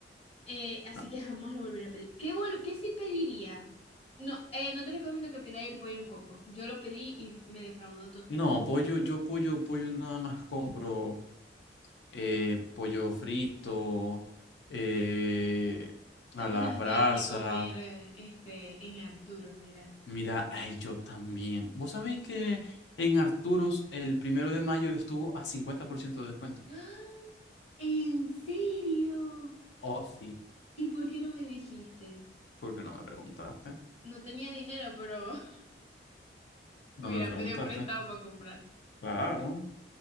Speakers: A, on the left; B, on the left.
A: Eh, así
B: Ah,
A: que jamás lo volveré a pedir. ¿Qué, vol- qué sí pediría? No, eh, no te recomiendo que pidáis el pollo en coco. Yo lo pedí y me defraudó total.
B: no, pollo, yo pollo, pollo nada más compro eh, pollo frito, eh, a
A: Tengo
B: las
A: unas
B: brasas,
A: ganas de comer eh, este en Arturos, mira.
B: Mira, ay, yo también. ¿Vos sabéis que en Arturos el primero de mayo estuvo a 50% de descuento?
A: <gasps> ¡Ah! ¿En serio?
B: Oh, sí.
A: ¿Y por qué no me dijiste?
B: ¿Por qué no me preguntaste?
A: No tenía dinero, pero <laughs> Hubiera
B: No me preguntaste.
A: pedido prestado para comprar.
B: Claro.